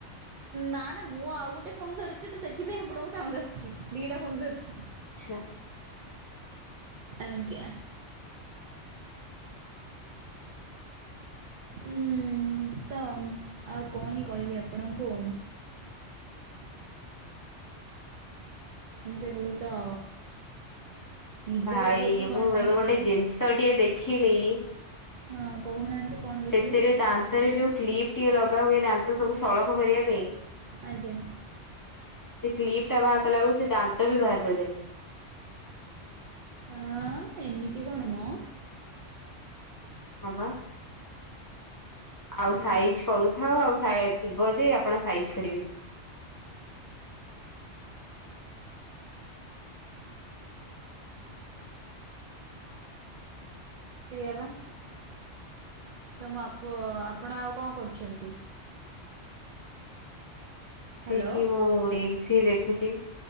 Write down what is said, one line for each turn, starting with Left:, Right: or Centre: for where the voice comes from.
Right: ନା ନା ମୁଁ ଆଉ ଗୋଟେ ଫୋନ୍ ଧରିଚି ତ ସେଥିପାଇଁ ଆପଣଙ୍କୁ ସାଉଣ୍ଡ ଆସୁଚି। ଦିଟା ଫୋନ୍ ଧରିଚି।
Left: ଆଚ୍ଛା।
Right: ଆଜ୍ଞା। ଉଁ ତ ଆଉ କଣ ହିଁ କହିବି ଆପଣଙ୍କୁ। ମୋତେ ବହୁତ ନିଦ
Left: ଭାଇ
Right: ଲାଗୁଅଛି କଣ
Left: ମୁଁ
Right: ପାଇଁ
Left: ଏବେ
Right: କେଜାଣି।
Left: ଗୋଟେ ଜିନିଷଟିଏ ଦେଖିଲି
Right: ହଁ କହୁନାହାନ୍ତି। କଣ ଦେଖିଲେ?
Left: ସେଥିରେ ଦାନ୍ତରେ ଯୋଉ କ୍ଲିପ୍ ଟିଏ ଲଗା ହୁଏ ଦାନ୍ତ ସବୁ ସଳଖ କରିବା ପାଇଁ ସେଇ
Right: ଆଜ୍ଞା
Left: କ୍ଲିପ୍ ଟା ବାହାର କଲା ବେଳକୁ ସେ ଦାନ୍ତ ବି ବାହାର କରିଦେଲେ।
Right: ଆଁ ଏମିତି କଣ ମ।
Left: ହଁ ପା। ଆଉ
Right: ଏ
Left: ସାଇଜ୍ କରୁଥାଅ ଆଉ ସାଏ ଥିବ ଯେ ଆପଣ ସାଇଜ୍ କରିବେ।
Right: ସେଇଆ ପା। ତ ମୁଁ ଆପ ଆପଣ ଆଉ କଣ କରୁଛନ୍ତି?
Left: ସେଇଠି
Right: ହ୍ୟାଲୋ
Left: ମୁଁ ରେସି ଦେଖୁଛି।